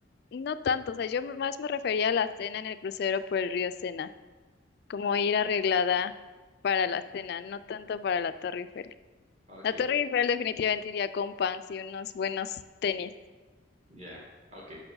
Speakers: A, on the left (about 55°); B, on the right (about 35°).
A: no tanto, o sea, yo más me refería a la cena en el crucero por el río Sena, como ir arreglada para la cena, no tanto para la Torre Eiffel.
B: Ok,
A: La Torre Eiffel definitivamente iría con pants y unos buenos tenis.
B: Ya, ok,